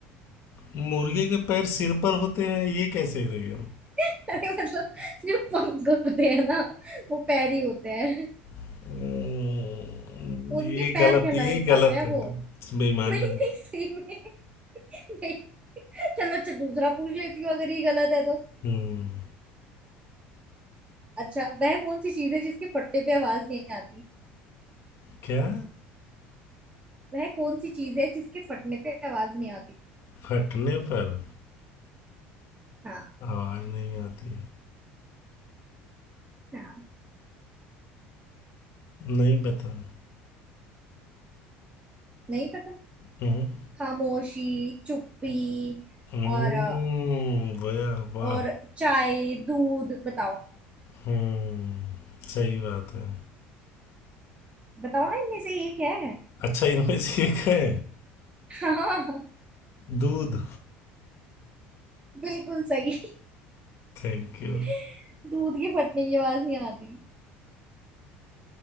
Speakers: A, on the left; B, on the right.
A: मुर्गे के पैर सिर पर होते हैं ये कैसे रही है
B: <laughs> अरे मतलब जो पंख होते हैं ना वो पैर ही होते हैं
A: हम्म,
B: उनके
A: ये
B: पैर
A: गलत
B: कहलाए
A: ये
B: जाते
A: गलत
B: हैं
A: है
B: वो
A: बेईमानी
B: <laughs> नहीं नहीं
A: है
B: सही में <laughs> नहीं चलो अच्छा दूसरा पूछ लेती हूँ अगर ये गलत है तो
A: हम्म
B: अच्छा वह कौन सी चीज है जिसके फटने पे आवाज नहीं आती
A: क्या
B: वह कौन सी चीज है जिसके फटने पे आवाज नहीं आती
A: फटने पर
B: हाँ
A: आवाज नहीं आती
B: हाँ
A: नहीं बता
B: नहीं पता
A: हम्म
B: खामोशी चुप्पी
A: हम्म,
B: और अ,
A: वाह वाह
B: और चाय दूध बताओ
A: हम्म सही बात है
B: बताओ ना इनमें से एक है
A: अच्छा इनमें से एक है
B: <laughs> हाँ
A: दूध
B: बिल्कुल सही
A: Thank you
B: <laughs> दूध के फटने की आवाज नहीं आती